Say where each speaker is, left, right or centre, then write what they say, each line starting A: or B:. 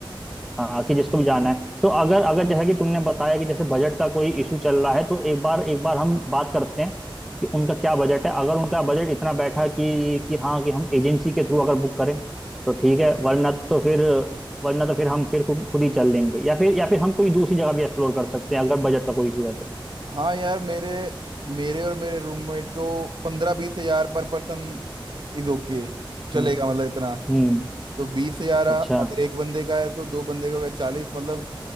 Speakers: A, in the centre; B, on the right.
A: हाँ कि जिसको भी जाना है तो अगर अगर जैसा कि तुमने बताया कि जैसे बजट का कोई इशू चल रहा है तो एक बार एक बार हम बात करते हैं कि उनका क्या बजट है अगर उनका बजट इतना बैठा कि कि हाँ कि हम एजेंसी के थ्रू अगर बुक करें तो ठीक है वरना तो फिर वरना तो फिर हम फिर खु- खुद ही चल लेंगे या फिर या फिर हम कोई दूसरी जगह भी एक्सप्लोर कर सकते हैं अगर बजट का कोई इशू है तो
B: है हाँ यार मेरे मेरे और मेरे रूममेट को पंद्रह बीस हजार पर पर्सन इज ओके चलेगा
A: हम्म
B: मतलब इतना
A: हम्म
B: तो बीस हजार अगर
A: अच्छा
B: एक बंदे का है तो दो बंदे का होगा चालीस मतलब